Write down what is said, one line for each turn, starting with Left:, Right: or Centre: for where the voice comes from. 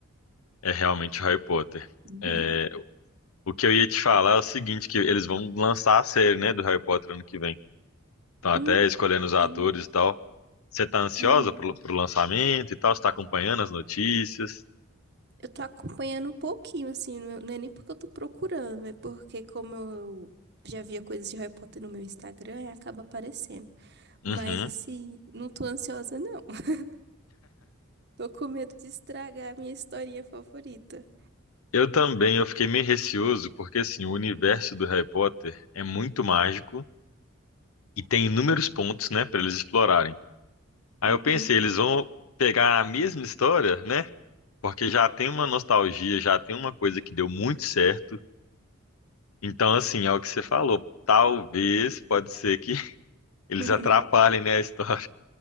Left: é realmente Harry Potter.
Right: <laughs>
Left: É, o que eu ia te falar é o seguinte, que eles vão lançar a série, né, do Harry Potter ano que vem. Estão até
Right: Hum,
Left: escolhendo os atores
Right: sim.
Left: e tal. Você está ansiosa
Right: Uhum.
Left: pro, pro lançamento e tal? Você tá acompanhando as notícias?
Right: Eu tô acompanhando um pouquinho, assim, não é não é nem porque eu tô procurando, é porque como eu já via coisas de Harry Potter no meu Instagram, aí acaba aparecendo.
Left: Uhum.
Right: Mas, assim, não tô ansiosa, não. <laughs> Tô com medo de estragar a minha historinha favorita.
Left: Eu também, eu fiquei meio receoso, porque assim, o universo do Harry Potter é muito mágico e tem inúmeros pontos, né, para eles explorarem. Aí
Right: Uhum.
Left: eu pensei, eles vão pegar a mesma história, né? Porque já tem uma nostalgia, já tem uma coisa que deu muito certo. Então, assim, é o que você falou. Talvez, pode ser que <laughs> eles
Right: <laughs>
Left: atrapalhem, né, a história.